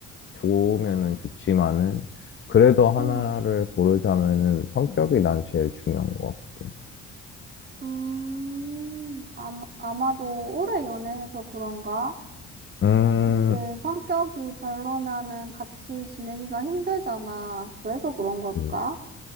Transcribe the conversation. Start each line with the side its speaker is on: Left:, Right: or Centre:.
Left: 좋으면은 좋지만은 그래도 하나를
Right: 응.
Left: 고르자면은 성격이 난 제일 중요한 것 같거든.
Right: 음, 아마, 아마도 오래 연애해서 그런가?
Left: 음,
Right: 이게 성격이 별로면은 같이 지내기가 힘들잖아. 그래서 그런 걸까?
Left: 그치.